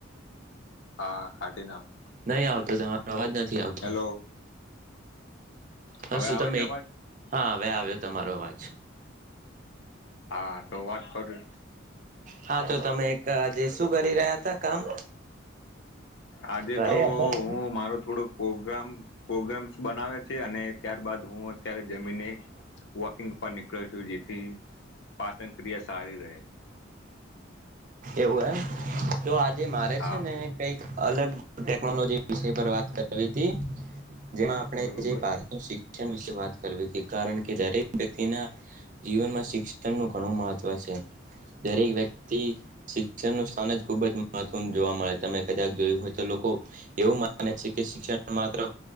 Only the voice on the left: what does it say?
હા કાઢી નાખું
હેલો
હવે
આવે
છે અવાજ
હા તો વાત કરી.
આજે
તો
હું મારો થોડુંક પોગ્રામ પોગ્રામ્સ બનાવે છે અને ત્યારબાદ હું ત્યારે જમીને વોકિંગ પર નીકળો છું જેથી પાચન ક્રિયા સારી રહે.
હા
બરોબર